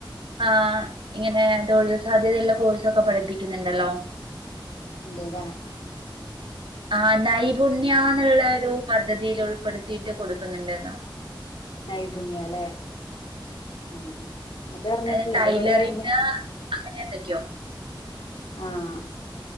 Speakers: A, on the right; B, on the left.
A: ആഹ് ഇങ്ങനെ തൊഴിൽ സാധ്യതയുള്ള കോഴ്സൊക്കെ പഠിപ്പിക്കുന്നുണ്ടല്ലോ.
B: ഇണ്ട് ലേ.
A: ആ നൈപുണ്യാന്ന്ള്ള ഒരു പദ്ധതിയിൽ ഉൾപ്പെടുത്തിയിട്ട് കൊട്ക്ക്ന്ന്ണ്ടേര്ന്ന.
B: നൈപുണ്യാലേ. ആഹ് അതർഞ്ഞ്ട്ട്ല്ല
A: ഏഹ് ടൈലറിങ്
B: ഇത്വ്ടെ ങ്ങള്.
A: അങ്ങനെ എന്തൊക്കെയോ.
B: ആഹ്.